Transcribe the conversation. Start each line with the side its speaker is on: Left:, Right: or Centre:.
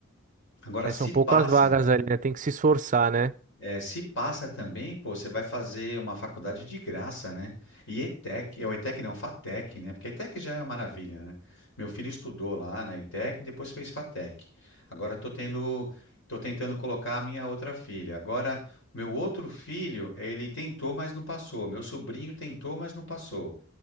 Left: Agora,
Right: é,
Left: se
Right: são poucas
Left: passa,
Right: vagas ali, né? Tem que se esforçar, né?
Left: é, se passa também, pô, você vai fazer uma faculdade de graça, né? E ETEC, é o ETEC não, FATEC, né? Porque ETEC já é uma maravilha, né? Meu filho estudou lá na ETEC e depois fez FATEC. Agora eu tô tendo, tô tentando colocar a minha outra filha. Agora, meu outro filho, ele tentou, mas não passou. Meu sobrinho tentou, mas não passou.